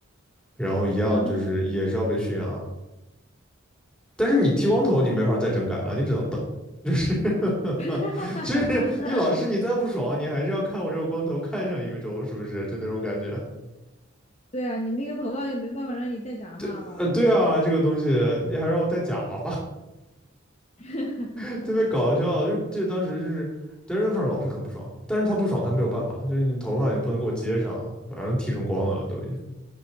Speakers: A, in the centre; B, on the left.
A: 然后一样就是也是要被训啊。
B: 然后，
A: 但是你剃光头你没法再整改了，你只能等，就是 <laughs>
B: <laughs>
A: 就是你老师你再不爽，你还是要看我这个光头看上一个周，是不是？就那种感觉。
B: 对啊，你那个头发也没办法让你戴假发吧？
A: 对，呃，
B: 太好笑了。
A: 对啊，这个东西你还让我戴假发，
B: <laughs>
A: <laughs> 特别搞笑。就这当时就是，但是那份儿老师很不爽，但是他不爽他没有办法，就是你头发也不能给我接上，反正剃成光了了都已经。